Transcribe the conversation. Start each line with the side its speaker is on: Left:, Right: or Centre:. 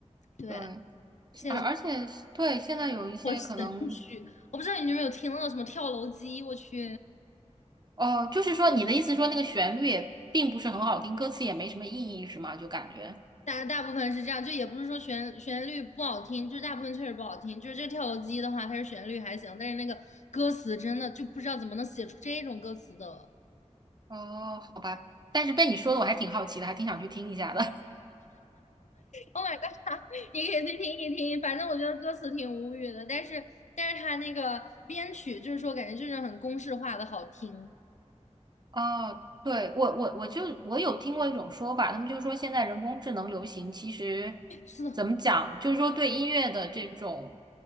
Left: 对，
Right: 对。
Left: 现在什么
Right: 而而且是对，现在有一些可能，
Left: 我神曲，我不知道你有没有听那种什么跳楼机，我去，
Right: 哦，就是说你的意思说那个旋律也并不是很好听，歌词也没什么意义，是吗？就感觉，
Left: 大大部分是这样，就也不是说旋旋律不好听，就是大部分确实不好听，就是这个跳楼机的话，它是旋律还行，但是那个歌词真的就不知道怎么能写出这种歌词的。
Right: 哦，好吧，但是被你说的我还挺好奇的，还挺想去听一下的。
Left: Oh my god！<laughs> 你可以去听一听，反正我觉得歌词挺无语的，但是但是他那个编曲就是说，感觉就是很公式化的好听。
Right: <laughs> 哦，对，我我我就我有听过一种说法，他们就说现在人工智能流行，其实
Left: <laughs> 是的，
Right: 怎么讲，就是说对音乐的这种